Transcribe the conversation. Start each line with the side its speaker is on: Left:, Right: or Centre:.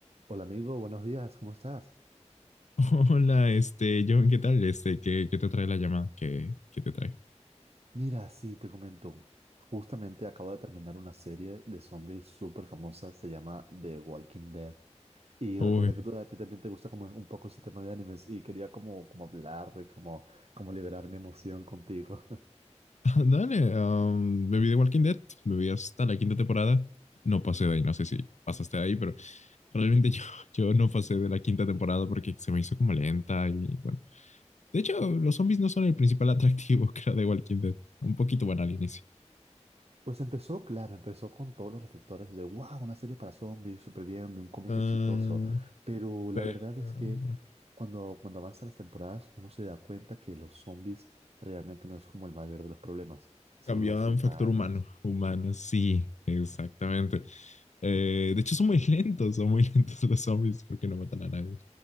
Right: Hola amigo, buenos días, ¿cómo estás?
Left: <laughs> Hola, este, John, ¿qué tal? Este, ¿qué, qué te trae la llamada? ¿Qué, qué te trae?
Right: Mira, sí, te comento. Justamente acabo de terminar una serie de zombies súper famosa, se llama The Walking Dead. Y
Left: Uy,
Right: recordé que tú, a ti también te gusta como un poco ese tema de animes y quería como, como hablar, como, como liberar mi emoción contigo.
Left: <laughs> dale, um, me vi de Walking Dead, me vi hasta la quinta temporada, no pasé de ahí, no sé si pasaste de ahí, pero realmente <laughs> yo, yo no pasé de la quinta temporada porque se me hizo como lenta y bueno. De hecho, los zombies no son el principal atractivo <laughs> que era de Walking Dead, un poquito bueno al inicio.
Right: Pues empezó, claro, empezó con todos los reflectores de, wow, una serie para zombies, súper bien, de un cómic
Left: Ah,
Right: exitoso. Pero la
Left: pero...
Right: verdad es que cuando, cuando avanzan las temporadas, uno se da cuenta que los zombies realmente no es como el mayor de los problemas, son
Left: Cambió
Right: los
Left: a
Right: humanos
Left: un factor humano. Humano, sí, exactamente. Eh, de hecho, son muy lentos, son muy <laughs> lentos los zombies porque no matan a nadie.